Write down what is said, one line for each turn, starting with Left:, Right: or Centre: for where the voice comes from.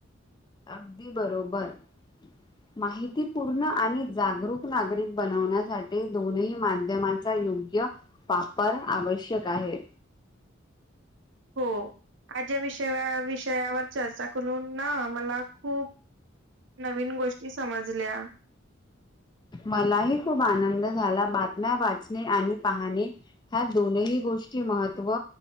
Left: अगदी बरोबर.
Right: <inaudible>
Left: माहितीपूर्ण आणि जागरूक नागरिक बनवण्यासाठी दोनही माध्यमांचा योग्य वापर आवश्यक आहे.
Right: हो... आज ह्या विषया... विषयावर चर्चा करून ना... मला खूप नवीन गोष्टी समजल्या.
Left: मलाही खूप आनंद झाला... बातम्या वाचणे आणि पाहाणे ह्या दोनही गोष्टी महत्त्व...